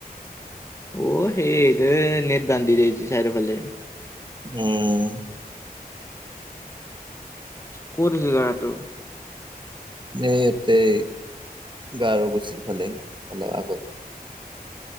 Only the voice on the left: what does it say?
অহ, সেইটো নেট বান্ধি দিছে চাৰিদৰ ফালে।
ক'ত আছো জেগা টো?